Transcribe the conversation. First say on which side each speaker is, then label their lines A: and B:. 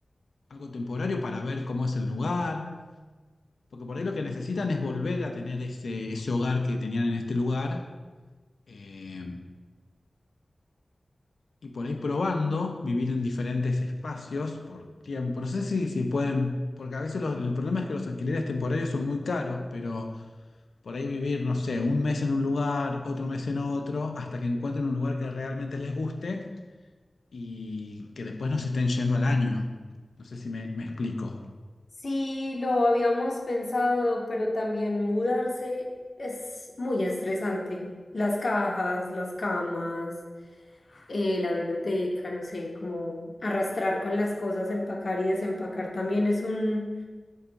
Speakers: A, on the left; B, on the left.
A: algo temporario para ver cómo es el lugar Porque por ahí lo que necesitan es volver a tener ese, ese hogar que tenían en este lugar. eh, y por ahí probando, vivir en diferentes espacios por tiempo. No sé si, si pueden, porque a veces los- el problema es que los alquileres temporarios son muy caros, pero por ahí vivir, no sé, un mes en un lugar, otro mes en otro, hasta que encuentren un lugar que realmente les guste y que después no se estén yendo al año. No sé si me, me explico.
B: Sí, lo habíamos pensado, pero también mudarse es muy estresante. Las cajas, las camas, eh, la biblioteca, no sé, como arrastrar con las cosas, empacar y desempacar también es un,